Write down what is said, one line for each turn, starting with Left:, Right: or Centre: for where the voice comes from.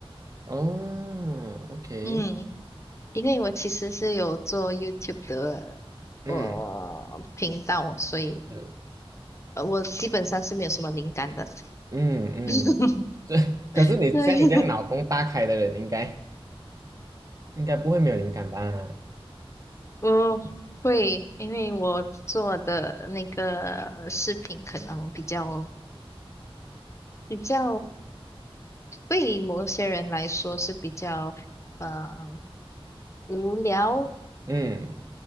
Right: 哦，OK，
Left: 嗯，因为我其实是有做 YouTube 的我频道，
Right: 嗯
Left: 所以
Right: 是
Left: 呃我基本上是没有什么灵感的。
Right: 嗯嗯。
Left: <laughs>
Right: 可是你像你这样脑洞大开的人，
Left: 对，
Right: 应该应该不会没有灵感吧？
Left: 我会，因为我做的那个视频可能比较比较对某些人来说是比较呃无聊，
Right: 嗯，